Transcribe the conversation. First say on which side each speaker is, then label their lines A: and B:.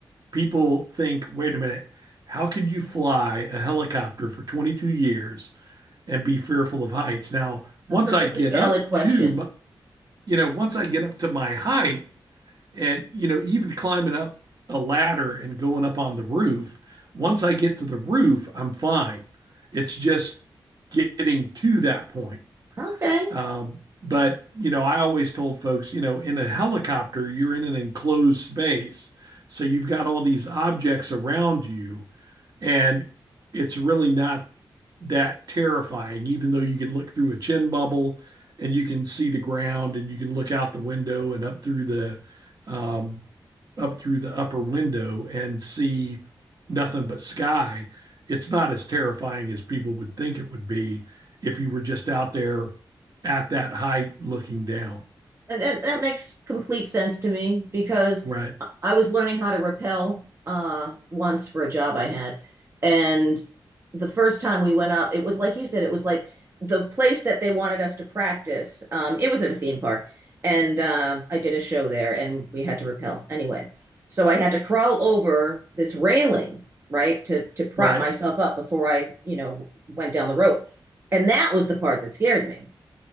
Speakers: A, on the right; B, on the right.
A: people think, wait a minute, how could you fly a helicopter for 22 years and be fearful of heights? Now, once
B: A perfectly
A: I get
B: valid
A: up
B: question.
A: to, you know, once I get up to my height and, you know, even climbing up a ladder and going up on the roof, once I get to the roof, I'm fine. It's just getting to that point.
B: Okay.
A: Um, but you know, I always told folks, you know, in a helicopter, you're in an enclosed space, so you've got all these objects around you and it's really not that terrifying, even though you can look through a chin bubble and you can see the ground and you can look out the window and up through the um, up through the upper window and see nothing but sky. It's not as terrifying as people would think it would be if you were just out there at that height looking down.
B: And that, that makes complete sense to me because
A: Right.
B: I was learning how to rappel uh, once for a job I had. And the first time we went up, it was like you said, it was like the place that they wanted us to practice. Um, it was at a theme park. And uh, I did a show there and we had to rappel anyway. So I had to crawl over this railing, right, to, to prop
A: Right.
B: myself up before I, you know, went down the rope. And that was the part that scared me